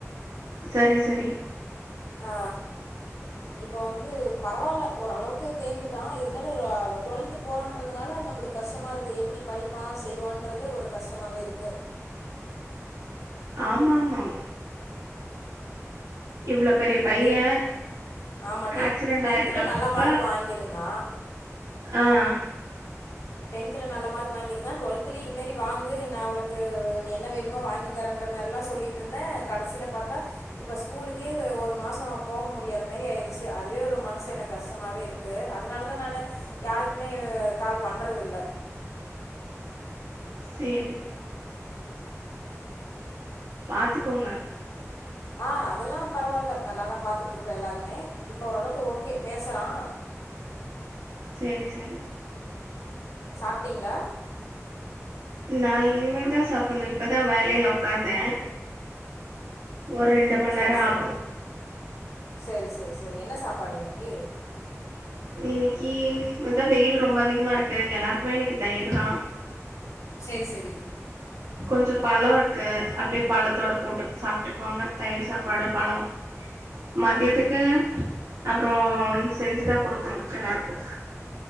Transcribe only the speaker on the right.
சரி சரி
ஆமா ஆமா இவ்வளோ பெரிய பையன்
ஆக்சிடென்ட்
ஆயிருக்கப்ப
ஆஹ்
சரி பாத்துக்கோங்க
சரி சரி
நான் இனிமேதான் சாப்பிடணும் இப்பதான் வேலையில உக்காந்தேன் ஒரு ரெண்டு மணி
நேரம்
ஆகும்
இன்னைக்கு இதான் வெயில் ரொம்ப அதிகமா இருக்கு எல்லாருக்கும் குமே தயிர்தா
கொஞ்சம் பழம் இருக்கு அப்படியே பழத்தோட போட்டு சாப்பிட்டுக்குவாங்க தயிர் சாப்பாடு பழம் மதியத்துக்கு அப்புறம் செஞ்சுதான் கொடுக்கணும் எல்லாருக்கும்